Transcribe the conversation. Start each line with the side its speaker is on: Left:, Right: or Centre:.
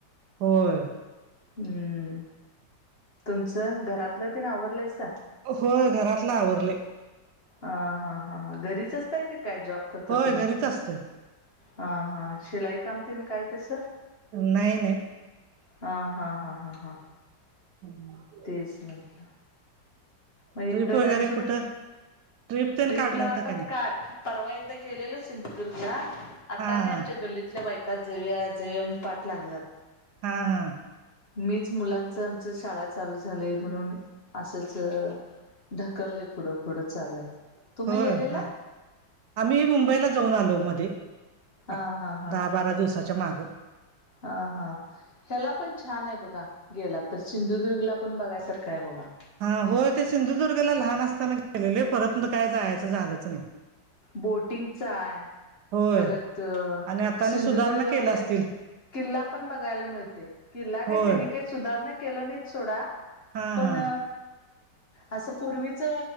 Right: होय
Left: हम्म तुमचं घरातलं तेन अवरलंयसा
Right: होय घरातल आवरलय
Left: ह हा हा हा घरीच असतय का काय जॉब करता
Right: होय
Left: तुम्ही
Right: घरीच असतोय
Left: हां हां शिलाई कामतेन काय तसं
Right: नाही नाही
Left: हा हा हा हा हां
Right: <inaudible>
Left: तीस मिनटला... मग
Right: ट्रिप
Left: इकडे
Right: वगैरे
Left: नर्स....
Right: कुठं तेन
Left: ट्रिप
Right: काढला
Left: ला
Right: होता
Left: आता
Right: का नाही
Left: कार परवा एकदा गेलेल सिंधुदुर्गला.... आता
Right: हा
Left: नाही
Right: हा
Left: आमच्या गल्लीतल्या बायकात जऊया जऊया पाठ लागलात....
Right: हा हा....
Left: मीच मुलांचं आमच शाळा चालू झाल म्हणून असंच... ढकलय पुढं पुढं चालू आहे..... तुम्ही
Right: होय
Left: गेलेला?
Right: हा आम्ही मुंबईला जाऊन आलो मध्ये
Left: हां
Right: ह
Left: हां हां
Right: दहा बारा दिवसाच्या मागं....
Left: हा हा.... ह्याला पण छान आहे बघा गेला तर सिंधुदुर्गला पण बघायसारखं आहे बघा.....
Right: हा होय ते सिंधुदुर्गला लहान असताना गेलेले परत काय जायचं झालंच नाही...
Left: बोटिंगचा आहे
Right: होय
Left: परत
Right: आणि आतानी
Left: सिंधुदुर्ग
Right: सुधारणा केल्या
Left: आपल्याला....
Right: असतील
Left: किल्ला पण बघायला मिळते किल्ला काय
Right: होय
Left: त्यांनी काही.... सुधारणा केलं नाही सोडा
Right: हा
Left: पण...
Right: हा
Left: असं पूर्वीच